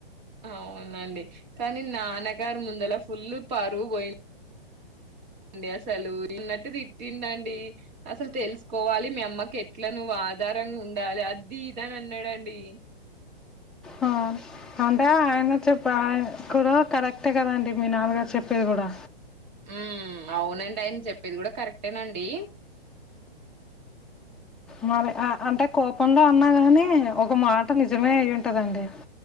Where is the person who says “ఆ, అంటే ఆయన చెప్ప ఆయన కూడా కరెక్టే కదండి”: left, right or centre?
Centre